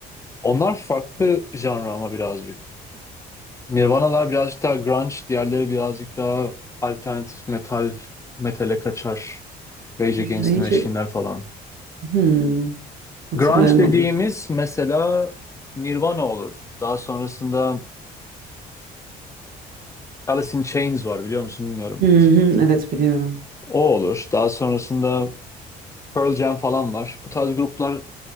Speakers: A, on the left (about 15°); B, on the right (about 60°).
A: Onlar farklı janra ama birazcık. Nirvana'lar birazcık daha grunge, diğerleri birazcık daha alternatif metal, metale kaçar. Rage Against
B: Rage
A: the Machine'ler falan.
B: hmm, hatırlayamadım.
A: Grunge dediğimiz mesela Nirvana olur. Daha sonrasında Alice in Chains var biliyor musun bilmiyorum.
B: Hı hı, evet biliyorum.
A: O olur. Daha sonrasında Pearl Jam falan var. Bu tarz gruplar